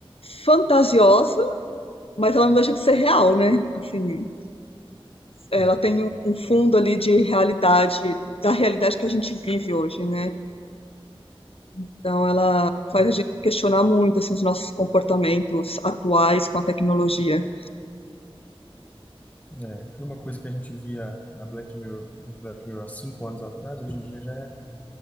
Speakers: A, on the left; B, on the left.
A: fantasiosa, mas ela não deixa de ser real, né? Assim, ela
B: É,
A: tem um um fundo ali de realidade, da realidade que a gente vive hoje, né? Então ela faz
B: foi-
A: a gente questionar muito assim, os nossos comportamentos atuais com a tecnologia.
B: é. E uma coisa que a gente via na Black Mirror, no Black Mirror há cinco anos atrás, hoje em dia já é